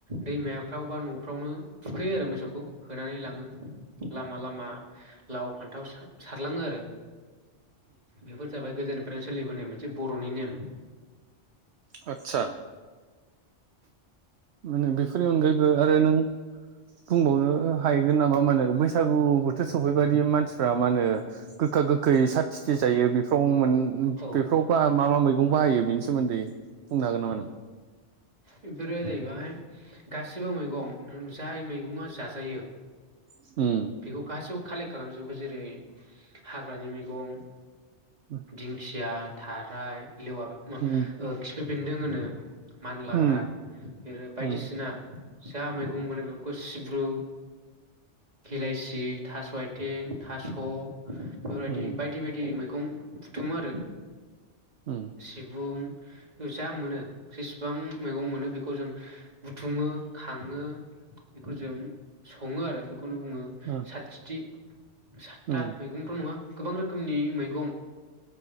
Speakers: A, on the right; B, on the right.
A: दैमाफ्राव बा न'फ्रावनो थुखैयो आरो मोसौखौ होनानै लाङो लामा लामा लाव फान्थाव सारलाङो आरो बेफोर जाबाय गोदोनिफ्रायनो सोलिबोनाय मोनसे बर'नि नेम
B: आतसा माने बेफोरनि अनगायैबो आरो नों
A: <inaudible>
B: बुंबावनो हाहैगोन नामा मा होनो बैसागु बोथोर सफैबायादि मानसिफ्रा मा होनो गोखा गोखा गोखै सात तिथि जायो बेफ्राव मोन
A: औ
B: बेफ्राव मा मा मैगं बाहायो बेनि सोमोन्दै बुंनो हागोन नामा नों
A: बेफोरो जाहैबाय गासिबो मैगं जाय मैगङा जाजायो
B: उम
A: बिखौ गासि कालेक्ट खालामजोबो जेरै हाग्रानि मैगं
B: उम
A: दिंखिया थाराइ लेवा खिफि
B: उम
A: बेन्दों होनो मानलाग्रा
B: उम
A: बि बायदिसिना
B: उम
A: जा मैगं मोनो बेफोरखौ सिब्रु हिलाइसि थास' आथिं थास' बेफोरबायदि
B: उम
A: बायदि बायदि मैगं बुथुमो आरो
B: उम
A: सिबुं जा मोनो गोबां मैगं मोनो बेखौ जों बुथुमो खाङो बेखौ जों सङो आरो बे बेखौनो बुङो
B: ओ
A: साथिथि सातथा
B: उम
A: मैगंथ' नङा गोबां रोखोमनि मैगं